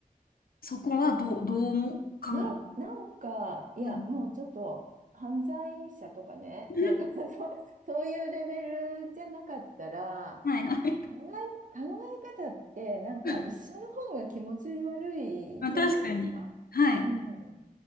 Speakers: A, on the left; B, on the right.
A: そこはどう、どうも、かん、
B: な、なんか、いや、
A: うん、
B: もうちょっと、犯罪者とかね、
A: <laughs>
B: なんか、<laughs> そう、そういうレベルじゃなかったら、
A: はい、はい。
B: 考え、考え方って、なんか、
A: <laughs>
B: 一緒の方が気持ち悪いじゃないですか。
A: まあ、確かに。はい、
B: うん。